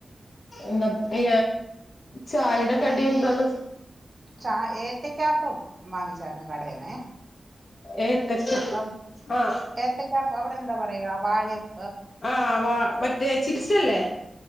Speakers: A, on the left (about 50°); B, on the right (about 30°).
A: എന്താ ഈ ചായേടെ കടി എന്താണ്?
B: ചാ ഏത്താക്കാപ്പം വാങ്ങിച്ചാര്ന്നു കടേന്നെ
A: ഏത്തെക്കാ
B: അപ്പം
A: ആഹ്
B: ഏത്തക്കാപ്പം അവിടെ എന്താ പറയാ വാഴയപ്
A: ആഹ് വാ മറ്റേ ചിപ്സല്ലേ